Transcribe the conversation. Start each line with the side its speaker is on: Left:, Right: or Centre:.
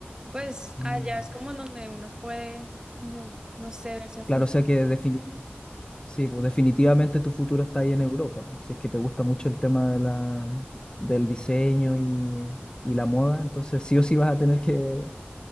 Right: pues
Left: Mm.
Right: allá es como en donde uno puede, como, no sé, verse a fútbol.
Left: Claro, o sea que defini- sí, pues definitivamente tu futuro está ahí en Europa, pues, si es que te gusta mucho el tema de la, del diseño y, y la moda, entonces sí o sí vas a tener que,